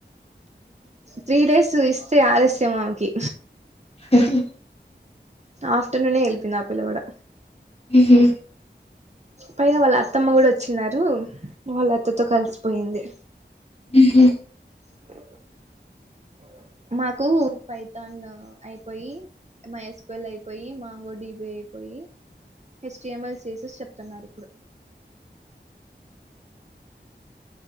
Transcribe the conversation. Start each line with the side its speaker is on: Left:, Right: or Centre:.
Right: త్రీ డేస్ బుక్స్ తీస్తే ఆలస్యం ఆమెకి
Left: ఉహు
Right: ఆఫ్టర్నూన్ వెళ్ళిపోయింది ఆ పిల్ల కూడా
Left: మ్హూ,
Right: పైగా వాళ్ళ అత్తమ్మ కూడా వచ్చిన్నారు వాళ్ళ అత్తతో కలిసిపోయింది
Left: ఉ హు
Right: ఉ హు మాకు పైతాన్ అయిపోయి మైస్కవల్ అయిపోయి మాంగోడి అయిపోయి హెస్టిఎంఎల్ చేసేసి చెప్తున్నారు ఇప్పుడు